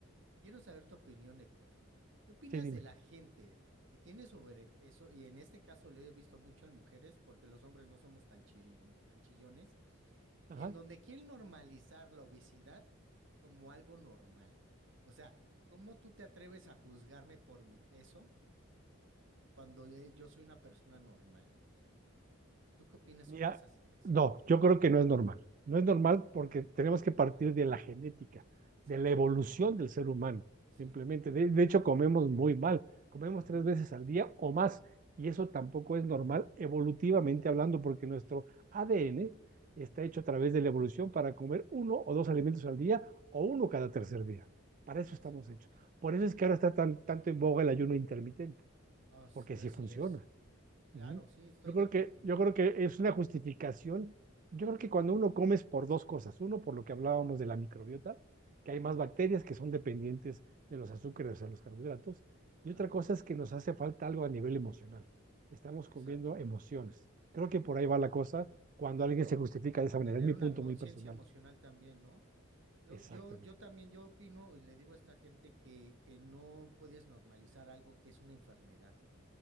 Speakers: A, on the right; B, on the right.
A: quiero saber tu opinión, Héctor. ¿Qué opinas
B: Sí, dime.
A: de la gente que tiene sobrepeso? Y en este caso lo he visto mucho en mujeres, porque los hombres no somos tan chiri- tan chillones,
B: Ajá.
A: en donde quieren normalizar la obesidad como algo normal. O sea, ¿cómo tú te atreves a juzgarme por mi peso cuando eh, yo soy una persona normal? ¿Tú qué opinas
B: Mira,
A: sobre esas ideas?
B: no, yo creo que no es normal. No es normal porque tenemos que partir de la genética,
A: Exacto,
B: de la evolución del ser humano,
A: sí,
B: simplemente. De, de hecho, comemos muy mal, comemos
A: ujú,
B: tres veces al día o más, y eso tampoco es normal evolutivamente hablando porque nuestro ADN está hecho a través de la evolución para comer uno o dos alimentos al día o uno cada tercer día. Para
A: exacto,
B: eso estamos hechos. Por eso es que ahora está tan, tanto en boga el ayuno intermitente,
A: as-
B: porque
A: así
B: sí funciona.
A: es. Claro,
B: Ujú.
A: sí, estoy
B: Yo creo
A: de acuerdo
B: que,
A: contigo.
B: yo creo que es una justificación. Yo creo que cuando uno come es por dos cosas. Uno, por lo que hablábamos de la microbiota, que hay
A: ujú,
B: más bacterias que son dependientes de los azúcares o los carbohidratos.
A: Total,
B: Y otra cosa es que nos hace falta algo a nivel emocional. Estamos
A: exacto.
B: comiendo emociones. Creo que por ahí va la cosa cuando alguien se justifica de esa manera.
A: Tener
B: Es mi
A: una
B: punto
A: conciencia
B: muy personal.
A: emocional también, ¿no? Yo,
B: Exactamente.
A: yo, yo también, yo opino y le digo a esta gente que, que no puedes normalizar algo que es una enfermedad,